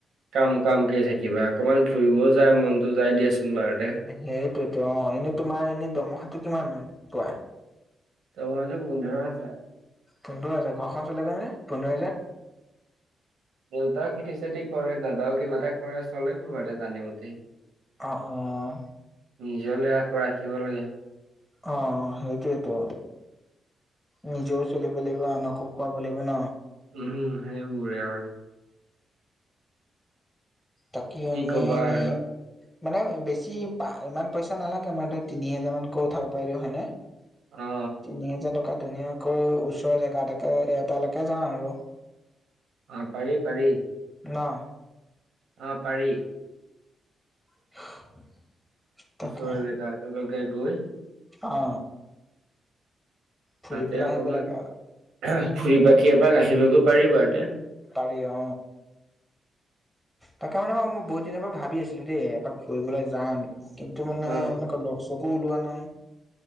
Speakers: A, on the right; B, in the centre.
A: কাম-কাম, কেই থাকিবা, অকনমান ফুৰিবও যায় মনতো যায় দিয়াচোন, বাৰুতে।
B: সেইটোৱেতো অ, এনেই তোমাৰ এনে দমহাটো কিমান মান পোৱা?
A: দৰমহাটো পোন্ধৰ হাজাৰ।
B: পোন্ধৰ হাজাৰ! ঘৰখন চলেগৈ নে পোন্ধৰ হাজাৰত?
A: দেউতাও খেতি-চেতি কৰে, দাদাও কিবা এটা কৰে, চলে কিবা এটা টানি-মুনি।
B: অঁ, অঁ।
A: নিজলে আকৌ ৰাখিব লাগে।
B: অ, সেইটোৱেটো। নিজেও চলিব লাগিব, আনকো খুৱাব লাগিব ন!
A: উম, সেইবোৰে আৰু।
B: তাকে
A: কি
B: আৰু,
A: কবা
B: এই এনে
A: আৰু
B: মানে বেছি ইমান পইচা নালাগে, মান ধৰ তিনি হেজাৰ মানকৈ উঠাব পাৰিলেও, হয়নে!
A: অ
B: তিনি হাজাৰ টকাত ধুনীয়াকৈ ওচৰৰ জেগা এটাকে, এটালৈকে যাওঁ আৰু।
A: অ, পাৰি, পাৰি।
B: ন!
A: অ, পাৰি।
B: <inaudible> তাকে
A: ওচৰৰ জেগা এটালৈকে গৈ।
B: অ। ফুৰি
A: তাতে
B: পেলাই
A: অকণমান
B: আহিব লাগে
A: ফুৰি-পাকি এপাক আহিবগৈ পাৰি এবাৰতে।
B: পাৰি অ। তাকে মানে অ মই বহুত দিনৰ পৰা ভাবি আছিলো দেই এপাক ফুৰিবলৈ যাম কিন্তু সটো মানে
A: অ
B: এনেকুৱা লক-চকো ওলোৱা নাই,